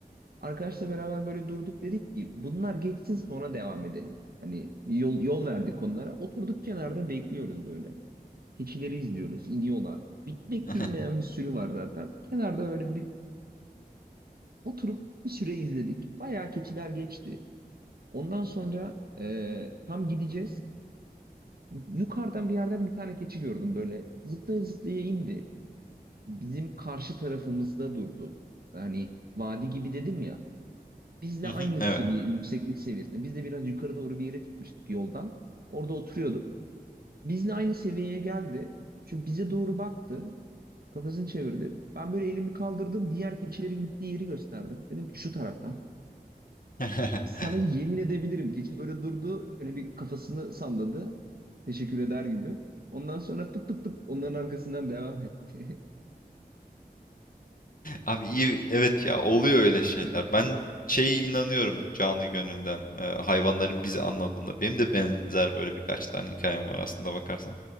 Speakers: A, on the right (about 70°); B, on the left (about 60°).
A: Arkadaşla beraber böyle durduk dedik ki bunlar geçsin sonra devam edelim. Hani yol, yol verdik onlara. Oturduk kenarda bekliyoruz böyle. Keçileri izliyoruz, iniyorlar. Bitmek
B: <laughs>
A: bilmeyen bir sürü var zaten. Kenarda böyle bir oturup bir süre izledik. Bayağı keçiler geçti. Ondan sonra e, tam gideceğiz. Yukarıdan bir yerden bir tane keçi gördüm böyle. Zıplaya zıplaya indi. Bizim karşı tarafımızda durdu. Hani vadi gibi dedim ya. Bizle
B: Hı
A: aynı
B: hı, Evet.
A: seviye, yükseklik seviyesinde. Biz de biraz yukarı doğru bir yere çıkmıştık yoldan. Orada oturuyorduk. Bizle aynı seviyeye geldi. çünkü bize doğru baktı. Kafasını çevirdi. Ben böyle elimi kaldırdım. Diğer keçilerin gittiği yeri gösterdim. Dedim ki şu taraftan.
B: <laughs>
A: Sana yemin edebilirim. Keçi böyle durdu. Şöyle bir kafasını salladı. Teşekkür eder gibi. Ondan sonra tıp tıp tıp onların arkasından devam etti.
B: Abi iyi evet ya oluyor öyle şeyler.
A: <laughs>
B: Ben şeye inanıyorum canı gönülden e, hayvanların bizi anladığında. Benim de benzer böyle birkaç tane hikayem var aslında bakarsan.